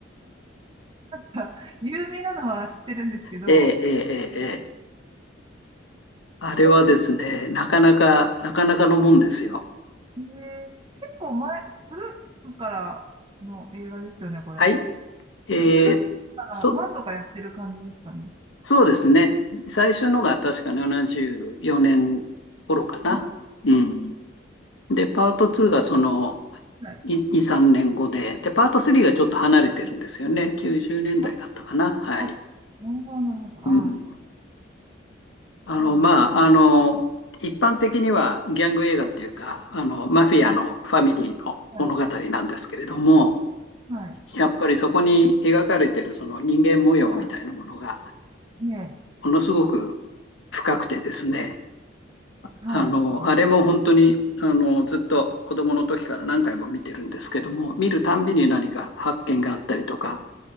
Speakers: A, on the right (about 25°); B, on the left (about 75°).
A: なんか、有名なのは知ってるんですけど、
B: ええ、ええ、ええ、ええあれはですね、
A: ちょっと、
B: なかなか、なかなかのもんですよ。
A: えー結構前、古くからの映画ですよね、これ。
B: はい。えー、
A: ふ古くから何度かやってる感じですかね。
B: そ、そうですね。最初のが確か74年頃かな。
A: うん、
B: うん。で、パート2がその
A: はい。
B: 2、3年後で、で、パート3がちょっと離れてるんですよね。90年代だいだったかな。
A: あ、
B: はい。
A: あ、なるほど、なるほど。
B: うん。
A: あ、
B: あの、
A: そうです。
B: まあ、あの、一般的にはギャング映画っていうか、あの、マフィアのファミリーの物語なんですけれども、
A: はい、はい、はい、
B: やっぱりそこに描かれてるその人間模様みたいなものが、
A: はい、ねえ、
B: ものすごく深くてですね、
A: は
B: あの、あれも本当に、あの、ずっと子供の時から何回も見てるんですけども、見るたんびに何か発見があったりとか、